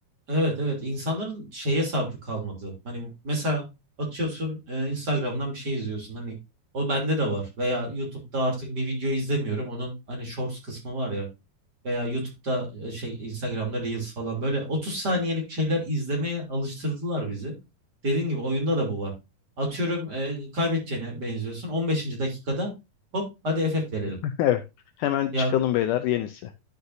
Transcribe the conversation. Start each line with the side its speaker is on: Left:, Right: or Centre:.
Right: Evet evet insanların şeye sabrı kalmadı. Hani mesela atıyorsun e, Instagram'dan bir şey izliyorsun. Hani o bende de var. Veya YouTube'da artık bir video izlemiyorum. Onun hani Shorts kısmı var ya. Veya YouTube'da e, şey Instagram'da Reels falan böyle 30 saniyelik şeyler izlemeye alıştırdılar bizi. Dediğin gibi oyunda da bu var. Atıyorum e, kaybedeceğine benziyorsun. 15. dakikada hop hadi FF verelim.
Left: <laughs> Evet. Hemen
Right: Ya
Left: çıkalım beyler yenisi.